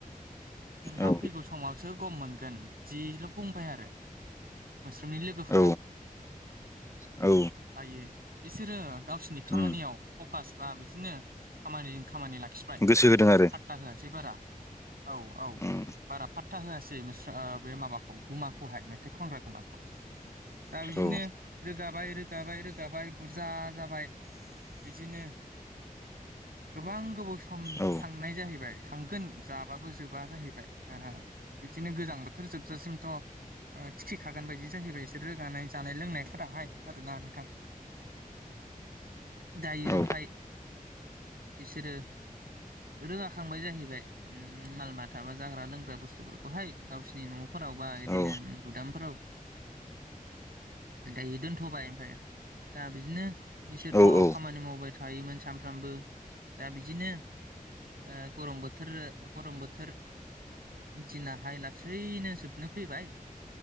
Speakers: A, on the right; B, on the left.
A: नोंहा
B: औ
A: फैगौ समावसो गम मोनगोन जिल' बुंबाय आरो। मोस्रोमनि लोगोफोरा
B: औ औ औ
A: दायो बिसोरो गावसिनि खामानियाव
B: उम
A: फकास बा बिजिनो खामानिजों खामानि लाखिबाय
B: गोसो होदों आरो
A: फात्ता होआसै बारा औ औ
B: उम
A: बारा फात्ता होआसै मोस्रा ओ बे माबाखौ गुमाखौहाय मेथाइ खनग्रा गुमाखौ दा बिजिनो
B: औ
A: रोगाबाय रोगाबाय रोगाबाय बुरजा जाबाय बिजिनो गोबां गोबाव सम
B: औ
A: थांनाय जाहैबाय थांगोन जाबाबो जोबा जाहैबाय <unintelligible> इदिनो गोजां बोथोर जोबजासिमथ' ओ थिखि खागोन बायदि जाहैबाय इसोरो रानाय जानाय लोंनायफोराहाय आरोना नोंथां। दायो
B: औ
A: ओमफाय बिसोरो रोगाखांबाय जाहैबाय उम माल माथा बा जाग्रा लों ग्रा बुस्थुफोरखौहाय गावसिनि न'फोराव बा इदिनो
B: औ
A: उम गुदामफोराव दायो दोनथ'बाय ओमफाय दा बिजिनो इसोरथ'
B: औ औ उम
A: खामानि मावबाय थायोमोन सामफ्रामबो दा बिजिनो ओ गरम बोथोर गरम बोथोर दिनाहाय लासैनो जोबनो फैबाय